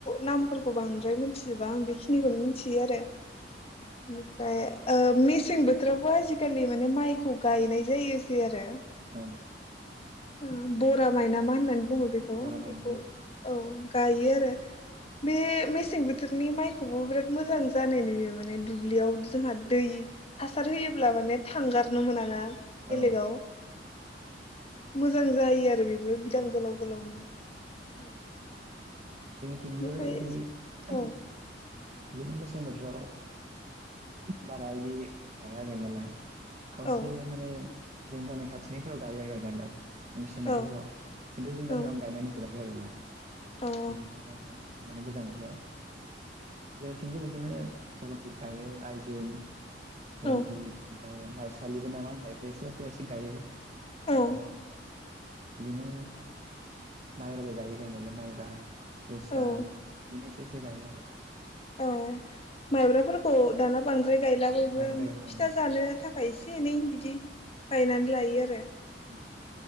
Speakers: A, on the left; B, on the right.
A: नामफोरखौ बांद्राय मिथिजोबा आं बेखिनिखौनो मिथियो आरो बेनिफ्राय ओ मेसें बोथोरावबो आजिखालि माने माइखौ गायनाय जायोसै आरो
B: ओं
A: ओ बरा माय नामा होननानै बुङो बेखौ
B: बरा माइ
A: बेखौ
B: औ
A: औ गायो आरो बे मेसें बोथोरनि माइखौबो बिराद मोजां जानाय नुयो माने दुब्लियाव जोंहा दै हासार होयोब्ला माने थांगारनो मोनाना बेलेगाव
B: औ
A: मोजां जायो आरो बे बे बिदां
B: औ
A: गोलाव
B: जायो
A: गोलावनो औ।
B: थिंबो
A: बेनिफ्राय
B: इदिे
A: औ
B: बिदिनो मेसें बोथोराव बारा इदि गाया गायनायालाय। खावसे
A: औ
B: माने जों गामि खाथिनिफोराव गायो आरो गायनायालाय। मेसें बोथोरफोराव।
A: औ
B: खिन्थु जों गामियाव
A: औ
B: आं गायनाय नुफेराखै खै आरो ना। <unintelligible>
A: औ
B: माने गोजां बोथोराव। जोंनिथिंबो बिदिनो रनजित गायो आइजुम रनजित
A: औ
B: ओमफ्राय माइसालिबो नामा होननाय बेखौ सोरबा सोरबा एसे गायो।
A: औ
B: ओमफाय इदिनो माइब्राबो गायो गायनायालाय माइब्रा जोसा
A: औ
B: बिदिनो एसे एसे एसे गायो आरो।
A: औ माइब्राफोरखौ दाना बांद्राय गायला बयबो
B: बांद्राय गायला
A: फिथा जानो थाख खाय एसे एनै बिदि गायनानै लायो आरो।
B: औ